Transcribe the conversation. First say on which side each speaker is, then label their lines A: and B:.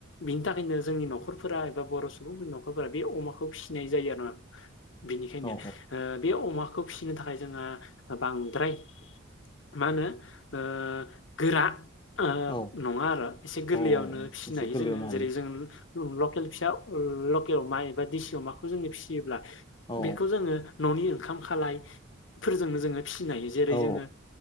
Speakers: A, on the left; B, on the left.
A: बिनि थाखायनो जोंनि न'खरफोरा एबा बर' सुबुंफोरनि न'खरफोरा बे अमाखौ फिसिनाय जायो आरोना। बिनिखायनो
B: औ
A: ओ बे अमाखौ फिसिनो थाखाय जोंहा बांद्राय मा होनो ओ गोरा ओ
B: औ
A: नङा आरो एसे गोरलैयावनो
B: औ
A: फिसिनो
B: एसे
A: हायो
B: गोरलैयावनो
A: जोङो
B: हायो
A: जेरै जों लकेल फिसा लकेल अमा एबा दिसि अमाखौ जोङो फिसियोब्ला
B: औ
A: बेखौ जोङो न'नि ओंखाम खालायफोरजोंनो जोङो फिसिनो हायो जेरै-
B: औ
A: जोङो